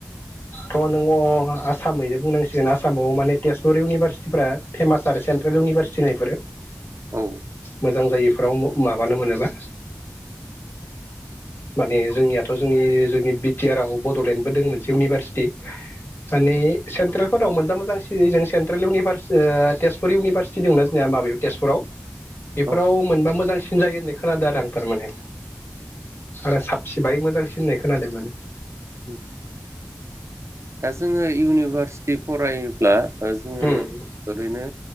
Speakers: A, on the left; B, on the right.
A: थ' नों अ' आसामैनो बुंनांसिगोन आसामाव माने तेजपुर इउनिभारसिटिफ्रा फेमास आरो सेन्ट्रेल इउनिभारसिटिना इफोरो
B: औ
A: मोजां जायैफोराव माबानो मोनोबा। माने जोंनियाथ' जोंनि जोंनि बि टि आर आव बड'लेण्डबो दोंमोन। सिउनिभारसिटि माने सेन्ट्रेलफोराव मोनबा मोजांसिन जों सेन्ट्रेल इउनिभारसि तेजपुर इउनिभारसिटि दोंना जोंनिया माबायाव तेजपुराव। बेफोराव
B: औ
A: मोनबा मोजांसि सिन जायो होननाय खोनादों आरो आं थारमाने। आरो साबसि बाहै मोजांसिन होननाय खोनादों माने।
B: उम दा जोङो इउनिभारस टि फरायोब्ला ओ जोङो
A: उम
B: ओरैनो